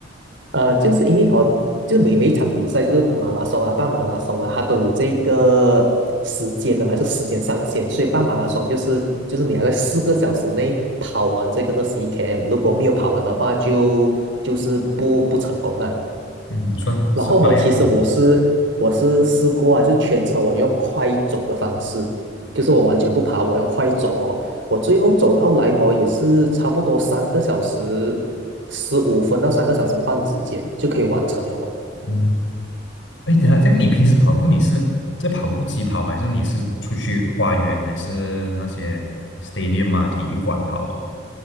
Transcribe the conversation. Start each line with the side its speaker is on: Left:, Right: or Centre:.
Right: 呃，就是因为它就每每一场比赛，就是马拉松啊、半马拉松啊，它都有这个时间的嘛，就时间上限。所以半马拉松就是就是你要在四个小时内跑完这个二十一 km，如果没有跑完的话就，就是不不成功啊。
Left: 嗯，算是是半样嘛
Right: 然后哦，其实我是我是试过啊，就全程我用快走的方式，就是我完全不爬，我用快走哦。我最后走到来哦，也是差不多三个小时十五分到三个小时半之间就可以完成了哦。
Left: 嗯，哎，等一下，这样你平时跑步你是在跑步机跑，还是你是出去花园，还是那些 stadium 啊体育馆跑的？